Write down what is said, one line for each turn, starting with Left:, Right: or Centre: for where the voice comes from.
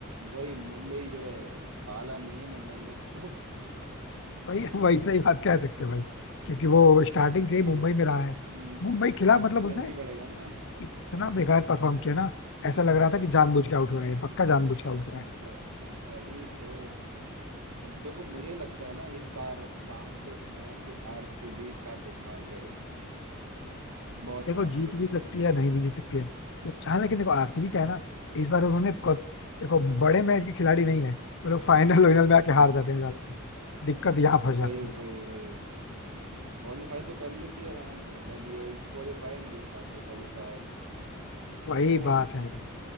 Right: वही मुंबई जो है पाला नहीं है मुंबई ने उसको
Left: सही
Right: <laughs>
Left: है भाई सही बात कह सकते हैं भाई क्योंकि वो स्टार्टिंग
Right: वही
Left: से ही मुंबई में रहा है
Right: हम्म,
Left: मुंबई खिला
Right: कर्ज
Left: मतलब
Right: तो देना
Left: उसने
Right: ही पड़ेगा ना
Left: इत- इतना बेकार परफॉर्म किया ना ऐसा लग रहा था कि जानबूझ के आउट
Right: अरे
Left: हो रहा
Right: भाई
Left: है पक्का जानबूझ के आउट हो रहा है
Right: व, वही तो अब देखो मुझे लगता है ना इस बार चांसेस हैं कि आरसीबी कप उठा ले बहुत
Left: देखो
Right: चांसेस
Left: जीत भी
Right: हैं
Left: सकती है नहीं भी जीत सकती है कुछ हाँ लेकिन देखो आरसीबी क्या है ना इस बार उन्होंने क- देखो बड़े मैच के खिलाड़ी नहीं है वो लोग फाइनल वाइनल में आके
Right: हाँ
Left: हार जाते हैं ज्यादातर दिक्कत यहाँ फंस जाती
Right: वही
Left: है
Right: वही वही क्वालिफाई तो कर लेती है आराम से बट ये है कि क्वालिफाई नहीं जीत पाती है क्वालिफायर
Left: वही
Right: है ना
Left: बात है भाई